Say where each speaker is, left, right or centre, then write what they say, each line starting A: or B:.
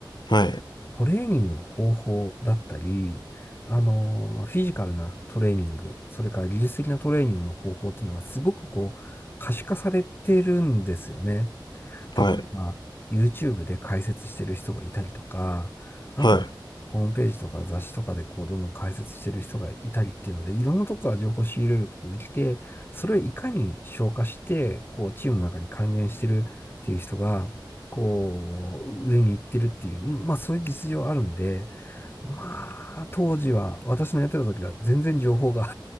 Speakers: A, on the left; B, on the left.
A: はい。
B: トレーニングの方法だったり、あの、フィジカルなトレーニング、それから技術的なトレーニングの方法っていうのがすごくこう、可視化されてるんですよね。例えば、
A: はい。
B: YouTube で解説してる人がいたりとか、あと、
A: はい。
B: ホームページとか雑誌とかでこう、どんどん解説してる人がいたりっていうので、いろんなとこから情報を仕入れることができて、それをいかに消化して、こう、チームの中に還元してるっていう人が、こう、上に行ってるっていう、まあそういう実情あるんで、まあ、当時は、私のやってた時は全然情報が